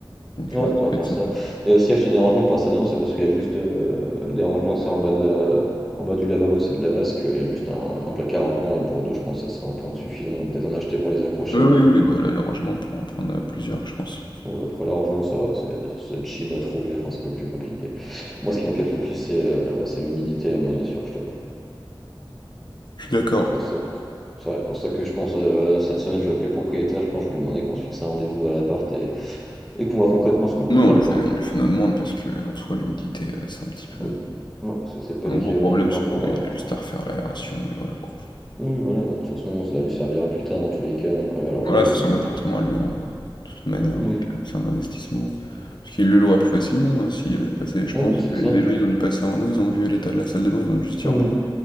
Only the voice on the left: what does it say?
Donc
heu,
ça peut
être sympa.
Oui, oui,
oui, bah là les rangements on pourra en prendre, heu, plusieurs je pense.
Je suis d'accord.
Oui, on
lui fait
on lui fait nos demandes parce que en soi, l'humidité, heu, c'est un petit peu
un
gros
problème,
surtout,
heu, il
a juste à refaire l'aération et voilà, quoi.
Enfin, Voilà, c'est
son
appartement
à lui, en de toute manière,
donc heu, c'est un investissement. Parce qu'il le louera
plus facilement, hein, s'il avait passé je
pense
que
les gens, ils ont dû passer en nous, ils ont vu l'état de la salle de bain, ils ont dû se dire:
«Bon,